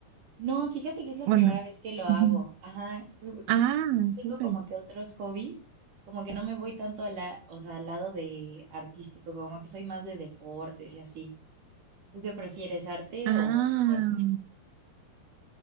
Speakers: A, on the right (about 50°); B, on the right (about 75°).
A: No, fíjate que es la
B: ¿O
A: primera
B: no?
A: vez que lo hago.
B: Ujú.
A: Ajá. u- <laughs>
B: Ah,
A: Generalmente
B: súper.
A: Tengo como que otros hobbies, como que no me voy tanto a la, o sea, al lado de artístico, como que soy más de deportes y así. ¿Tú qué prefieres, arte
B: Ah.
A: o deportes?